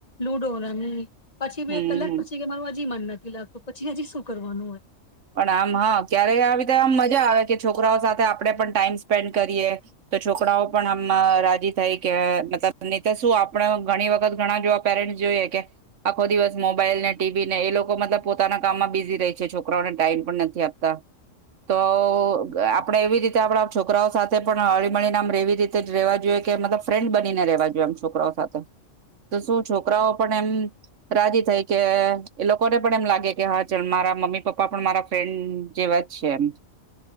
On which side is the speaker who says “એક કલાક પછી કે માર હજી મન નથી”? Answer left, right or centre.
Left